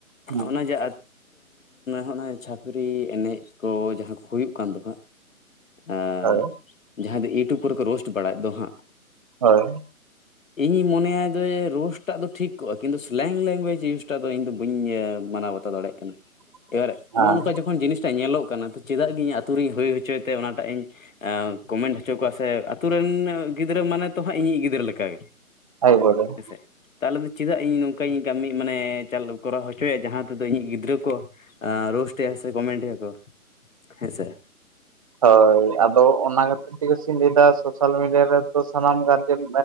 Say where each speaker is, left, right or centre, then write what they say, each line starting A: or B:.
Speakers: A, on the right; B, on the left.
A: ᱦᱮᱸ
B: ᱚᱱᱟ ᱡᱮ ᱦᱚᱜᱼᱚᱭ ᱪᱷᱟᱹᱯᱨᱤ ᱮᱱᱮᱡ ᱠᱚ ᱡᱟᱦᱟᱸ ᱠᱚ ᱦᱩᱭᱩᱜ ᱠᱟᱱ ᱫᱚ ᱦᱟᱸᱜ ᱟᱨ
A: ᱦᱳᱭ
B: ᱡᱟᱦᱟᱸ ᱫᱚ ᱤᱭᱩᱴᱩᱵ ᱠᱚᱨᱮ ᱠᱚ ᱨᱳᱥᱴ ᱵᱟᱲᱟᱭᱮᱫ ᱫᱚ ᱦᱟᱸᱜ ᱾
A: ᱦᱳᱭ
B: ᱤᱧᱤᱧ ᱢᱚᱱᱮᱭᱟ ᱨᱳᱥᱴᱟᱜ ᱫᱚ ᱴᱷᱤᱠ ᱠᱚᱜᱼᱟ ᱠᱤᱱᱛᱩ ᱥᱮᱞᱮᱝ ᱞᱮᱝᱜᱩᱭᱮᱡᱽ ᱤᱭᱩᱥᱴᱟᱜ ᱫᱚ ᱤᱧ ᱫᱚ ᱵᱟᱹᱧ ᱢᱟᱱᱟᱣ ᱵᱟᱛᱟᱣ ᱫᱟᱲᱮᱭᱟᱜ ᱠᱟᱱᱟ
A: <inaudible>
B: ᱾ ᱮᱵᱟᱨ ᱱᱚᱜᱼᱚ
A: ᱦᱮᱸ
B: ᱱᱚᱝᱠᱟ ᱡᱚᱠᱷᱚᱱ ᱡᱤᱱᱤᱥᱴᱟ ᱧᱮᱞᱚᱜ ᱠᱟᱱᱟ ᱛᱚ ᱪᱮᱫᱟᱜ ᱜᱮ ᱤᱧ ᱟᱹᱛᱩ ᱨᱤᱧ ᱦᱩᱭ ᱦᱚᱪᱚᱭ ᱛᱮ ᱚᱱᱟᱴᱟᱜ ᱤᱧ ᱠᱚᱢᱮᱱᱴ ᱦᱚᱪᱚ ᱠᱚᱣᱟ ᱥᱮ ᱟᱛᱳ ᱨᱮᱱ ᱜᱤᱫᱽᱨᱟᱹ ᱢᱟᱱᱮ ᱛᱚ ᱦᱟᱸᱜ ᱤᱧᱤᱡ ᱜᱤᱫᱽᱨᱟᱹ ᱞᱮᱠᱟᱜᱮ
A: <unintelligible>
B: ᱦᱮᱸᱥᱮ ᱛᱟᱦᱚᱞᱮ ᱫᱚ ᱪᱮᱫᱟᱜ ᱤᱧ ᱱᱚᱝᱠᱟᱧ ᱠᱟᱹᱢᱤ ᱢᱟᱱᱮ ᱠᱚᱨᱟᱣ ᱪᱟᱞ ᱦᱚᱪᱚᱭᱟ ᱡᱟᱦᱟᱸ ᱛᱮᱫᱚ ᱤᱧᱤᱡ ᱜᱤᱫᱽᱨᱟᱹ ᱠᱚ ᱨᱳᱥᱴᱮᱜ ᱟᱲᱮ ᱠᱚᱢᱮᱱᱴᱮᱜ ᱟᱠᱚ ᱦᱮᱸᱥᱮ
A: ᱦᱳᱭ ᱟᱫᱚ ᱚᱱᱟ ᱠᱟᱛᱮ ᱤᱱᱟ ᱛᱮᱜᱮ ᱥᱮᱧ ᱞᱟᱭᱫᱟ ᱥᱳᱥᱟᱞ ᱢᱤᱰᱤᱭᱟ ᱨᱮᱫᱚ ᱥᱟᱱᱟᱢ ᱜᱟᱨᱡᱮᱱ